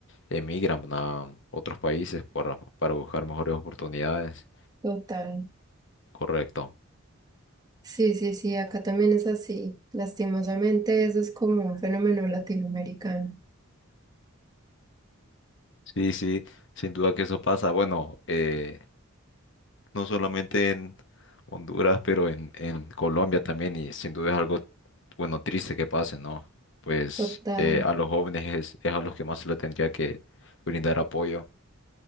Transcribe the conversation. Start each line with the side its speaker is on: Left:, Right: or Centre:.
Left: emigran a otros países para, para buscar mejores oportunidades.
Right: Total.
Left: Correcto.
Right: Sí, sí, sí, acá también es así. Lastimosamente, eso es como un fenómeno latinoamericano.
Left: Sí, sí, sin duda que eso pasa. Bueno, eh, no solamente en Honduras, pero en, en Colombia también, y sin duda es algo, bueno, triste que pase, ¿no? Pues
Right: Total.
Left: eh, a los jóvenes es, es a los que más se le tendría que brindar apoyo.